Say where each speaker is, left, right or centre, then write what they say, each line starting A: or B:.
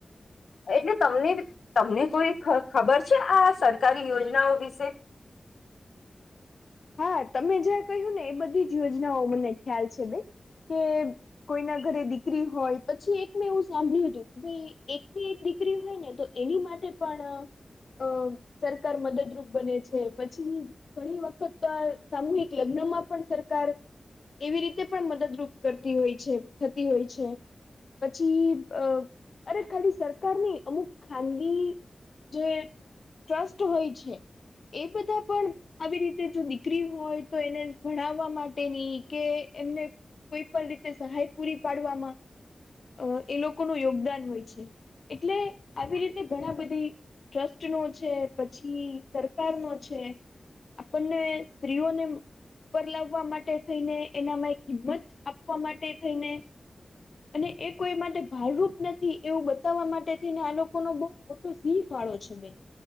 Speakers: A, on the left; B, on the left.
A: એટલે તમને તમને કોઈ ખબર છે આ સરકારી યોજનાઓ વિશે
B: હા તમે જ્યાં કહ્યું ને એ બધી જ યોજનાઓ મને ખ્યાલ છે બેન કે કોઈના ઘરે દીકરી હોય પછી એક મેં એવું સાંભળ્યું હતું કે ભાઈ એકની એક દીકરી હોય ને તો એની માટે પણ અ સરકાર મદદરૂપ બને છે પછી ઘણી વખત સામૂહિક લગ્નમાં પણ સરકાર એવી રીતે પણ મદદરૂપ કરતી હોય છે થતી હોય છે પછી અ અરે ખાલી સરકાર નને અમુક ખાનગી જે ટ્રસ્ટ હોય છે એ બધા પણ આવી રીતે જો દીકરી હોય તો એને ભણાવવા માટેની કે એમને કોઈ પણ રીતે સહાય પૂરી પાડવામાં અ એ લોકોનું યોગદાન હોય છે એટલે આવી રીતે ઘણા બધી ટ્રસ્ટ નો છે પછી સરકાર નો છે આપણને સ્ત્રીઓને ઉપ લાવવા માટે થઈને એનામાં એક હિંમત આપવા માટે થઈને અને એ કોઈ માટે ભારરૂપ નથી એવું બતાવવા માટેને આ લોકો નો બહુ મોટો સિંહ ફાળો છે બેન